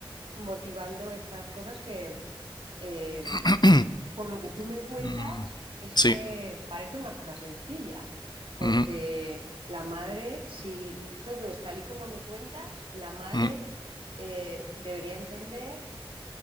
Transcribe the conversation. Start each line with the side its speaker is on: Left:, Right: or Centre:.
Right: motivando estas cosas que... Eh,
Left: <clears throat>
Right: por lo que tú me
Left: mm,
Right: cuentas, es
Left: Sí.
Right: que parece una cosa sencilla, porque
Left: ujú,
Right: la madre, si todo es tal y como me cuentas, la madre
Left: ujú,
Right: eh, debería entender